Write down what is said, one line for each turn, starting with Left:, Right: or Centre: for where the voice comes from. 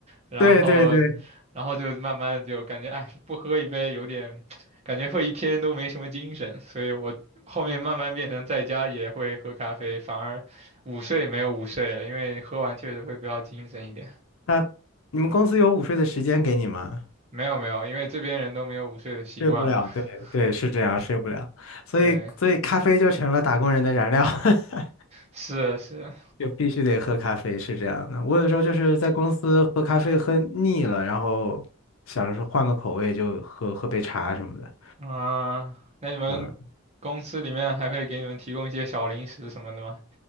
Right: 然后，
Left: 对对对，
Right: 然后就慢慢地就感觉，哎，不喝一杯有点，感觉会一天都没什么精神，所以我后面慢慢变成在家也会喝咖啡，反而午睡没有午睡了，因为喝完确实会比较精神一点。
Left: 那你们公司有午睡的时间给你吗？
Right: 没有没有，因为这边人都没有午睡的习惯嘛。
Left: 睡不了，
Right: <laughs>
Left: 对对，是这样，睡不了，所以所以咖啡就成了打工人的燃料。
Right: 对，
Left: <laughs>
Right: 是是，
Left: 就必须得喝咖啡，是这样的。我有时候就是在公司喝咖啡喝腻了，
Right: 对，
Left: 然后想着说换个口味，就喝喝杯茶什么的。
Right: 啊，那你们
Left: 嗯，
Right: 公司里面还会给你们提供一些小零食什么的吗？